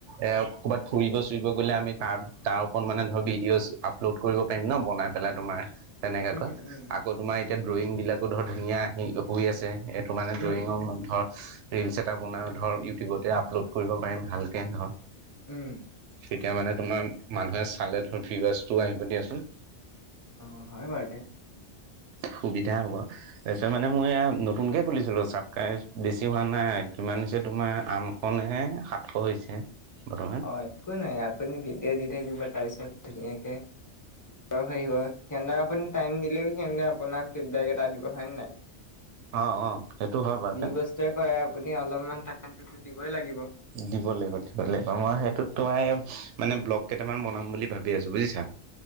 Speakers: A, on the right; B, on the left.
A: এ ক'ৰবাত ফুৰিব চুৰিব গ'লে আমি তাৰ তাৰ ওপৰত মানে ধৰ ভিডিঅ' আপলোড কৰিব পাৰিম ন বনাই পেলাই তোমাৰ তেনেকাকৈ
B: উম উম
A: আকৌ তোমাৰ এতিয়া ড্ৰয়িং বিলাকো ধৰ ধুনীয়া হুই আছে মানে ড্ৰয়িঙৰ
B: উম
A: ধৰত ৰিলচ এটা বনাইও ধৰ ইউটিউবতে আপলোড কৰিব পাৰিম ভালকে নহয়
B: উম
A: তেতিয়া মানে তোমাৰ মানুহে চালে ধৰ ভিওৱাৰ্চো আহিব দিয়াচোন
B: অ', হয় বাৰুতে
A: সুবিধা হ'ব তাৰপিছত মানে মই এ নতুনকে খুলিছিলো ছাবস্ক্ৰাইব বেছি হোৱা নাই কিমান হৈছে তোমাৰ আম নে সাতশ হৈছে বৰ্তমান
B: অ' একো নাই আপুনি ভিডিঅ' দি থাকিব তাৰ পিছত ধুনীয়াকে সিহঁতক আপুনি টাইম দিলেও সিহঁতে আপোন ফিড বেক এটা দিব হয়ে নাই
A: অ', অ', সেইটো হয় বাৰুতে
B: যি বস্তুৱে আপুনি অলপমান টাইম দিবই লাগিব।
A: দিব লাগিব দিব লাগিব মই সেইটোত তোমাৰ মানে ব্লগ কেইটামান বনাম বুলি ভাবি আছো বুজিছা <inaudible>